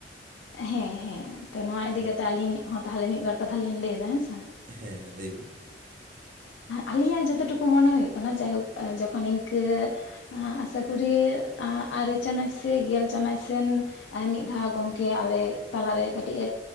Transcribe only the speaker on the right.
ᱦᱮᱸ
ᱦᱮᱸᱻᱦᱮᱸᱻᱞᱟᱹᱭ ᱵᱤᱱ᱾